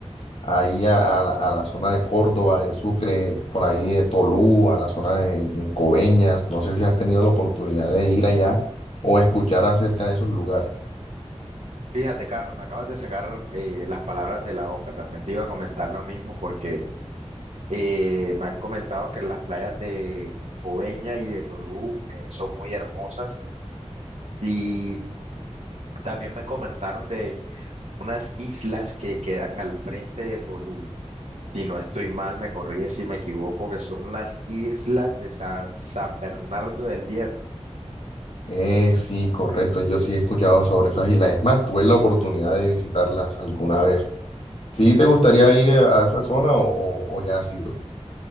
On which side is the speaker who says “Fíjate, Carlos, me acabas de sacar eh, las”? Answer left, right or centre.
Right